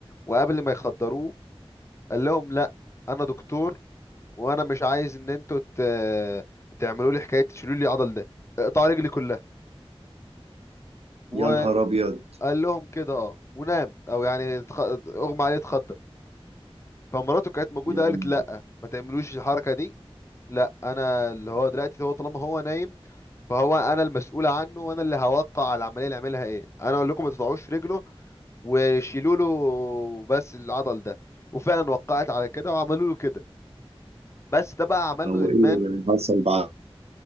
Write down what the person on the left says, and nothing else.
وقبل ما يخدروه قال لهم لا انا دكتور وانا مش عايز ان انتوا ت... تعملوا لي حكايه تشيلوا لي العضل ده اقطعوا رجلي كلها وقال
لهم كده اه ونام او يعني اتخ... اغمى عليه اتخدر فمراته كانت موجوده
قالت لا ما تعملوش الحركه دي لا انا اللي هو دلوقتي هو طالما هو نايم فهو انا المسؤول عنه وانا اللي هوقع على العمليه اللي عملها ايه انا اقول لكم ما تقطعوش رجله وشيلوا له بس العضل ده وفعلا وقعت على كده وعملوا له كده بس ده بقى عمل
له ادمان